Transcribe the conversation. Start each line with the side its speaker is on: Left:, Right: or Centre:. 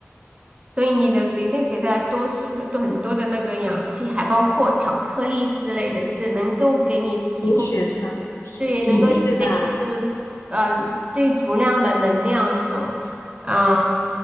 Right: 所以你的随身携带多数的都很多的那个氧气，还包括巧克力之类的，就是能够给你提供。
Left: 补血糖，体体力对吧？
Right: 对，能够给你嗯呃对足量的能量这种，嗯，